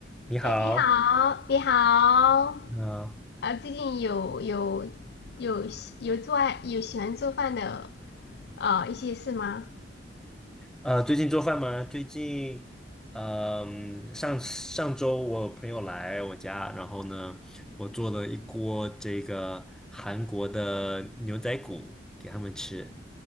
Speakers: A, in the centre; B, on the left.
A: 你好，
B: 哎，你好，你好，
A: 你好，
B: 呃，最近有有有喜有做爱有喜欢做饭的呃一些事吗？
A: 呃，最近做饭吗？最近，嗯、上上周我朋友来我家，然后呢，我做了一锅这个韩国的牛仔骨给他们吃。